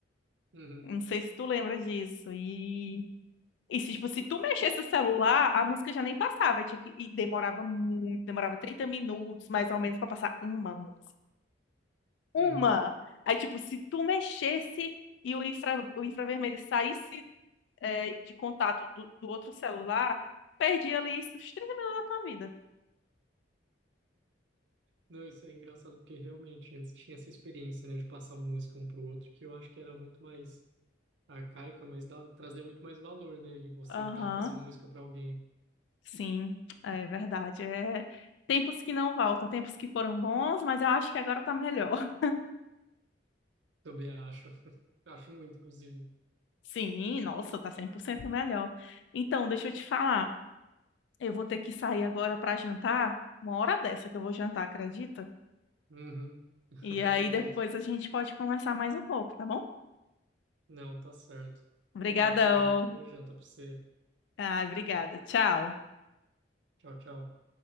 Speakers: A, on the right (about 75°); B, on the left (about 75°).
A: Uhum,
B: Não sei se tu lembra disso. E, e se, tipo, se tu mexesse o celular, a música já nem passava. Tinha que... E demorava muito, demorava 30 minutos, mais ou menos, pra passar uma música. Uma!
A: <laughs> uhum.
B: Aí, tipo, se tu mexesse e o infra... o infravermelho saísse, é, de contato do, do outro celular, perdia ali os 30 minutos da tua vida.
A: Não, isso é engraçado porque realmente antes tinha essa experiência, né, de passar música um pro outro, que eu acho que era muito mais arcaica, mas dava, trazia muito mais valor, né, e você
B: Aham,
A: tá passando música para alguém.
B: sim, é verdade. É... Tempos que não voltam, tempos que foram bons, mas eu acho que agora tá melhor.
A: Também acho. <laughs> Acho muito, inclusive.
B: Sim, nossa, tá 100% melhor. Então, deixa eu te falar. Eu vou ter que sair agora para jantar, uma hora dessa que eu vou jantar, acredita?
A: Uhum. <laughs>
B: E aí
A: Acredito.
B: depois a gente pode conversar mais um pouco, tá bom?
A: Não, tá certo.
B: Obrigadão.
A: Até, até já e boa janta para você.
B: Ah, obrigada. Tchau.
A: Tchau, tchau.